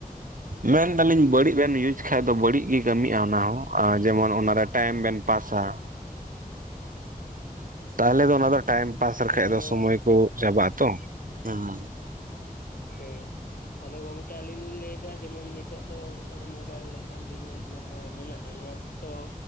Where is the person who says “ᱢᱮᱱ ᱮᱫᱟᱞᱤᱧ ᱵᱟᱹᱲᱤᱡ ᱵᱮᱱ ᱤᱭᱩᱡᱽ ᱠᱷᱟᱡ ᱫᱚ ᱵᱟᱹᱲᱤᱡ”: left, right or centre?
Right